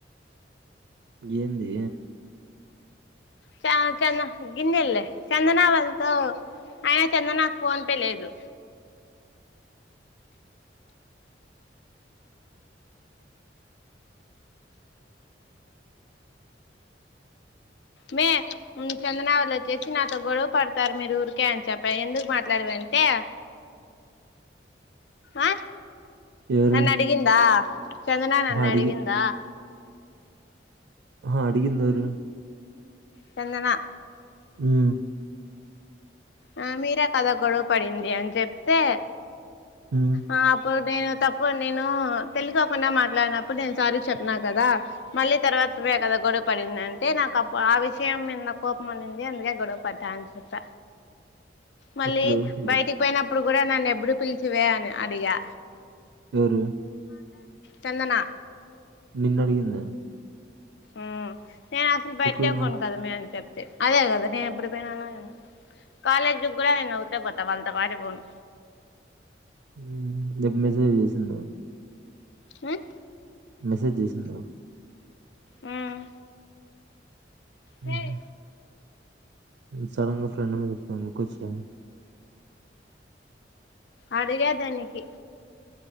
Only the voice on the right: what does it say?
ఏందీ
ఎవరు
ఆహా అడిగి అహా అడిగిందెవరు
ఉమ్
ఉమ్
ఎప్పుడు ము-
ఎవరూ
నిన్నడిగింద
పోయినవ్
ఉమ్ నిక్ మెసేజ్ జేసిందా
మెసేజ్ జేసిందా
ఉమ్. సడన్ గా ఫ్రెడ్ మీద పొగ్గు కొచ్చింది